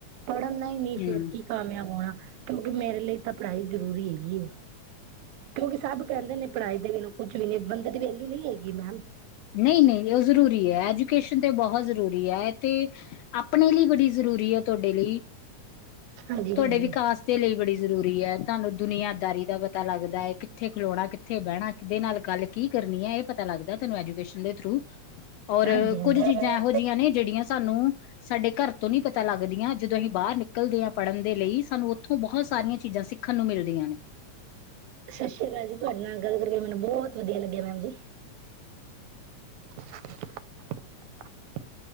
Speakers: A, on the right; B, on the left.
A: ਪੜ੍ਹਨ ਨਾਲ ਈ ਨਈ-ਨਈ
B: ਹਮ
A: ਫੇਰ ਕੀ ਕਾਮਯਾਬ ਹੋਨਾ ਕਿਓਂਕਿ ਮੇਰੇ ਲਈ ਤਾਂ ਪੜ੍ਹਾਈ ਜ਼ਰੂਰੀ ਹੈਗੀ ਏ। ਕਿਓਂਕਿ ਸਬ ਕੈਂਦੇ ਨੇ ਪੜ੍ਹਾਈ ਦੇ ਬਿਨਾਂ ਕੁਛ ਵੀ ਨੀ ਬੰਦੇ ਦੀ ਵੈਲਯੂ ਨਈਂ ਹੈਗੀ ਮੈਮ।
B: ਨਈਂ-ਨਈਂ ਓ ਜ਼ਰੂਰੀ ਐ ਐਜੂਕੇਸ਼ਨ ਤੇ ਬਹੁ ਜ਼ਰੂਰੀ ਐ ਤੇ ਆਪਨੇ ਲਈ ਬੜੀ ਜ਼ਰੂਰੀ ਐ ਤੁਆਡੇ ਲਈ।
A: ਹਾਂਜੀ
B: ਤੁਆਡੇ
A: ਹਾਂਜੀ
B: ਵਿਕਾਸ ਦੇ ਲਈ ਬੜੀ ਜ਼ਰੂਰੀ ਐ ਤਾਨੂੰ ਦੁਨੀਆਦਾਰੀ ਦਾ ਪਤਾ ਲੱਗਦਾ ਏ ਕਿੱਥੇ ਖਲੋਨਾ ਕਿੱਥੇ ਬੈਨਾ ਕਿਦੇ ਨਾਲ ਗੱਲ ਕੀ ਕਰਨੀ ਏ ਏਹ ਪਤਾ ਲੱਗਦਾ। ਤਾਨੂੰ ਐਜੂਕੇਸ਼ਨ ਦੇ ਥਰੂ ਔਰ
A: ਹਾਂਜੀ ਹਾਂਜੀ
B: ਕੁੱਝ ਚੀਜ਼ਾਂ ਐਹੋ ਜੀਆਂ ਨੇ ਜੇੜੀਆਂ ਸਾਨੂੰ ਸਾਡੇ ਘਰ ਤੋਂ ਨੀ ਪਤਾ ਲੱਗਦੀਆਂ ਜਦੋਂ ਅਸੀਂ ਬਾਰ ਨਿਕ ਨਿਕਲਦੇ ਆ ਪੜ੍ਹਨ ਦੇ ਲਈ ਸਾਨੂੰ ਓਥੋਂ ਬਹੁਤ ਸਾਰੀਆਂ ਚੀਜ਼ਾਂ ਸਿੱਖਨ ਨੂੰ ਮਿਲਦੀਆਂ ਨੇ।
A: ਸਸ ਰੀ ਕਾਲ ਜੀ ਤੁਆਡੇ ਨਾਲ ਗੱਲ ਕਰਕੇ ਮੈਨੂੰ ਬੋਤ ਵਦੀਆ ਲੱਗੇਆ ਮੈਮ ਜੀ। <inaudible>